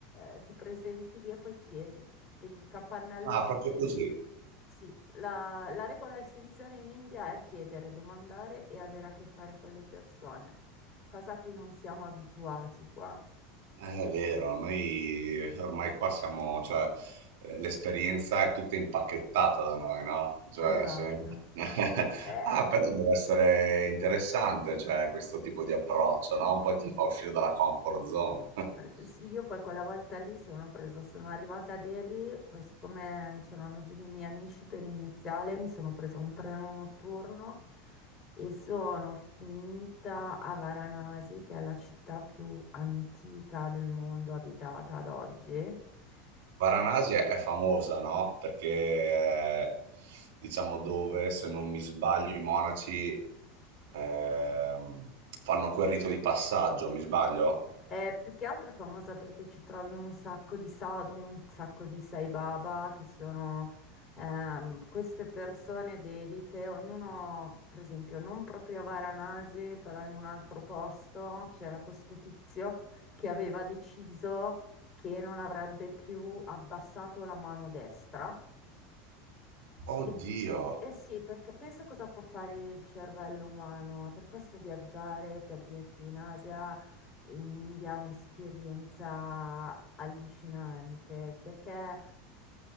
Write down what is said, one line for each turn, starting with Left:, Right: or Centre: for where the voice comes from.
Left: eh, ti presenti lì e poi chiedi. Vedi un capannello
Right: Ah,
Left: di
Right: proprio
Left: gente.
Right: così.
Left: Sì, la, la regola essenziale in India è chiedere, domandare e avere a che fare con le persone, cosa a cui non siamo abituati qua.
Right: Eh, È vero, noi ormai qua siamo, cioè, eh, l'esperienza è tutta impacchettata da noi, no? Cioè,
Left: Esatto.
Right: se- <laughs>
Left: Eh,
Right: Ah, però deve essere interessante, cioè, questo tipo di approccio, no? Un po' ti fa uscire dalla comfort zone. <laughs>
Left: eh, sì, io poi quella volta lì sono presa, sono arrivata a Delhi, poi siccome c'erano giù dei miei amici per iniziale, mi sono presa un treno notturno e sono finita a Varanasi, che è la città più antica del mondo abitata ad oggi.
Right: Varanasi
Left: Eh,
Right: è, è famosa, no? Perché, eh, diciamo, dove, se non mi sbaglio, i monaci ehm, fanno quel rito di passaggio, mi sbaglio?
Left: Eh, più che altro è famosa perché ci trovi un sacco di sadhu, un sacco di sai baba, che sono ehm, queste persone dedite, ognuno, per esempio, non proprio a Varanasi, però in un altro posto c'era questo tizio che aveva deciso che non avrebbe più abbassato la mano destra
Right: Oddio!
Left: e- Eh sì, perché pensa cosa può fare il cervello umano, è per questo viaggiare, per dirti, in Asia e in India è un'esperienza allucinante, perché